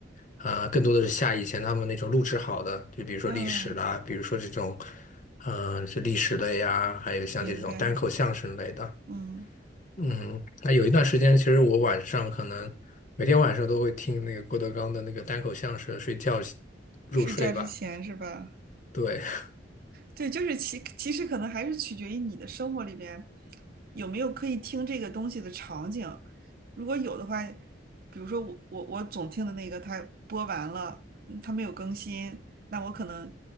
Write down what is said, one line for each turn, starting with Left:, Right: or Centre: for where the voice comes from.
Left: 啊、更多的是下以前他们那种录制好的，就比如说历史啦，
Right: 嗯，
Left: 比如说这种，嗯、是历史类呀，还有像这种单口相声类的，
Right: 明白。嗯，
Left: 嗯，那有一段时间，其实我晚上可能每天晚上都会听那个郭德纲的那个单口相声睡觉入睡吧，
Right: 睡觉之前是吧？
Left: 对，<laughs>
Right: 对，就是其其实可能还是取决于你的生活里边有没有可以听这个东西的场景。如果有的话，比如说我我我总听的那个，它播完了，嗯它没有更新，那我可能